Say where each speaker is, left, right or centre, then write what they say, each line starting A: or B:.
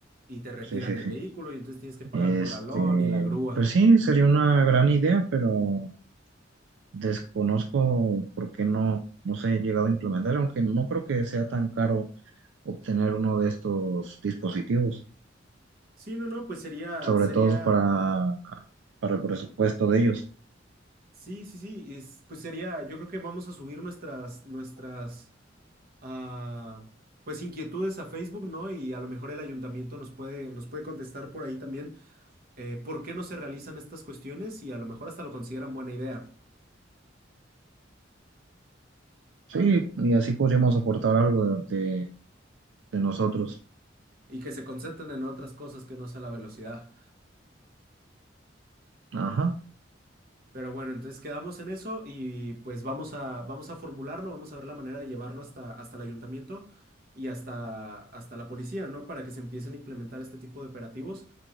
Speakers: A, on the right (about 50°); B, on the right (about 75°).
A: y te retiran
B: Sí, sí,
A: el
B: sí.
A: vehículo y entonces tienes que pagar
B: Este,
A: corralón y la grúa.
B: pues sí, sería una gran idea, pero desconozco por qué no, no se ha llegado a implementar, aunque no creo que sea tan caro obtener uno de estos dispositivos.
A: Sí, no, no, pues sería,
B: sobre
A: sería,
B: todo para, para el presupuesto de ellos.
A: sí, sí, sí, y es- pues sería, yo creo que vamos a subir nuestras, nuestras, ah, pues inquietudes a Facebook, ¿no? Y a lo mejor el ayuntamiento nos puede, nos puede contestar por ahí también eh, por qué no se realizan estas cuestiones y a lo mejor hasta lo consideran buena idea.
B: Sí, y así podríamos aportar algo de, de- de nosotros.
A: y que se concentren en otras cosas que no sea la velocidad.
B: Ajá.
A: Pero bueno, entonces quedamos en eso y pues vamos a, vamos a formularlo, vamos a ver la manera de llevarlo hasta, hasta el ayuntamiento y hasta, hasta la policía, ¿no? Para que se empiecen a implementar este tipo de operativos